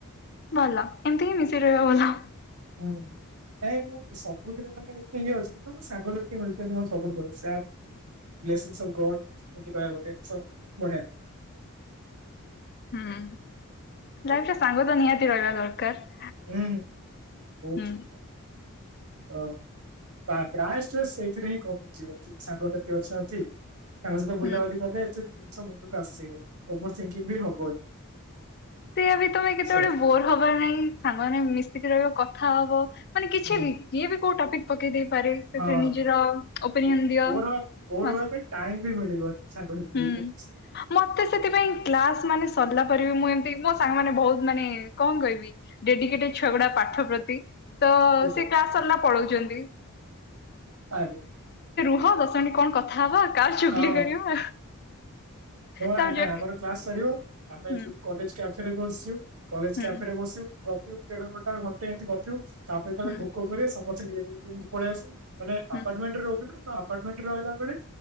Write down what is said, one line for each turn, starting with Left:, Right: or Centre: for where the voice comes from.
Left: ଭଲ ଏମିତି ହିଁ ମିଶିକି ରହିବ ଭଲ।
Right: ହୁଁ। ନାଇଁ ମୁଁ ସବୁଥୀରେ ମାନେ ଏତେ ଇଏ ଅଛି କିନ୍ତୁ ମୋ ସାଙ୍ଗ ସାଥି ମିଳୁଚନ୍ତି ମୋ ସବୁଠୁ ବଡ ସେୟା ବ୍ଲେଶିଙ୍ଗସ ଅଫ ଗଡ ଏମିତି କହିବାକୁ ଗଲେ ଶ ବଢିଆ।
Left: ହୁଁ ଲାଇଫ
Right: ହୁଁ
Left: ରେ ସାଙ୍ଗ ତ ନିହାତି ରହିବା ଦରକାର।
Right: ହୁଁ ବହୁତ
Left: ହୁଁ।
Right: ଭଲ। ଓ ପା ପ୍ରାଇସ ତ ସେଇଥିରେ ହିଁ କମିଯିବ କି ସାଙ୍ଗସାଥି ଅଛନ୍ତି। ତାଙ୍କ ସହିତ ବୁଲାବୁଲି
Left: ହୁଁ
Right: କଲେ ଏତେ ଜିନିଷ ମୁଣ୍ଡକୁ ଆସିବନି ଓଭରଥିଙ୍କିଙ୍ଗ ବି ହବନି।
Left: ସିଏ ବି ତମେ କେତେବେଳେ
Right: ସେୟା
Left: ବୋର ହବାର ନାହିଁ ସାଙ୍ଗମାନେ ମିଶିକି ରହିବ କଥା ହବ। ମାନେ କିଛି
Right: ହୁଁ
Left: ବି ଯିଏ ବି କୋଉ ଟପିକ ପକେଇଦେ ପାରେ ସେଥିରେ
Right: ହଁ
Left: ନିଜର
Right: ହଁ
Left: ଓପିନିଅନ
Right: ବୋ-
Left: ଦିଅ
Right: ବୋର ହବା ବୋର
Left: ମସ୍ତ।
Right: ହବା ପାଇଁ ଟାଇମ ବି ମିଳିବନି ସାଙ୍ଗସାଥିରେ
Left: ହୁଁ
Right: ଭିତରେ ବସିଲା
Left: ମତେ ସେଥିପାଇଁ କ୍ଲାସ ମାନେ ସରିଲା ପରେ ବି ମୁଁ ଏମିତି ମୋ ସାଙ୍ଗ ମାନେ ବହୁତ ମାନେ କଣ କହିବି ଡେଡିକେଟେଡ ଛୁଆ ଗୁଡା ପାଠ ପ୍ରତି। ତ
Right: ବେଳେ ଓହୋ
Left: ସେ କ୍ଲାସ ସରିଲା ପଳଉଚନ୍ତି।
Right: ଆରେ ଆରେ।
Left: ହଁ ଦଶ ମିନିଟ କଣ କଥା ହବ କାହା ଚୁଗଲି
Right: ହଁ।
Left: କରିବା?
Right: ହଁ
Left: ତାପରେ
Right: ଆ ନା
Left: ଯାଇକି
Right: ଆମର କ୍ଲାସ ସରିବ ଆମେ
Left: ହୁଁ
Right: ଯିବୁ କଲେଜ କ୍ୟାଫେ ରେ ବସିଯିବୁ। କଲେଜ
Left: ହୁଁ
Right: କ୍ୟାଫେରେ ବସିବୁ ଗପିବୁ ଦେଢ ଘଣ୍ଟା ଘଣ୍ଟେ ଏମିତି ଗପିବୁ ତାପରେ ଯେତେବେଳେ
Left: ହୁଁ
Right: ଭୋକ କରିବ ସମ ରୁମକୁ ପଳେଇ ଆସୁ ମାନେ
Left: ହୁଁ
Right: ଆପାଟମେଣ୍ଟରେ ରୋହୁଚୁନା ଆପାଟମେଣ୍ଟ ରାହିଲା ବେଳେ